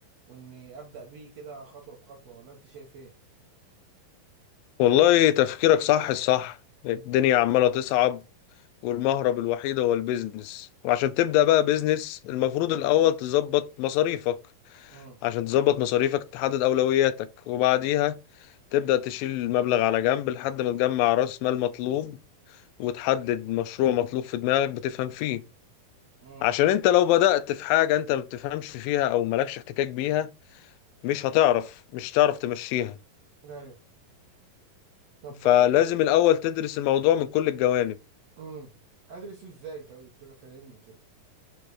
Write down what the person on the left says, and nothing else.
والله تفكيرك صح الصح الدنيا عمالة تصعب والمهرب الوحيد هو البيزنس وعشان تبدأ بقى بيزنس المفروض الأول تظبط مصاريفك
عشان تظبط مصاريفك تحدد أولوياتك وبعديها تبدأ تشيل المبلغ على جنب لحد ما تجمع رأس مال مطلوب وتحدد مشروع مطلوب في دماغك بتفهم فيه
عشان انت لو بدأت في حاجة انت ما بتفهمش فيها او مالكش احتكاك بيها مش هتعرف مش هتعرف تمشيها
فلازم
الأول تدرس الموضوع من كل الجوانب